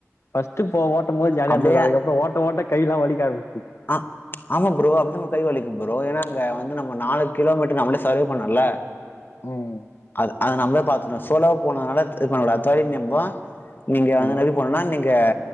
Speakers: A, on the left; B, on the left.
A: ஃபஸ்ட் போ ஓட்டம் போது ஜாலியா
B: அப்படியே
A: இருந்தது அதுக்கப்புற ஓட்ட ஓட்ட கை எல்லா வலி க்க ஆரம்
B: ஆ ஆமா ப்ரோ அப்டி கை வலிக்கும் ப்ரோ ஏன்னா அங்க வந்து நம்ம நாலு கிலோமீட்டர் நம்மளே சர்வே பண்ணம்ல
A: ம்
B: அது நம்மளே பாத்துட்டோ சோலோவு போனதுனால து பண்ணல தொழில் நுட்ப நீங்க வந்து
A: ஆ
B: <unintelligible> நீங் க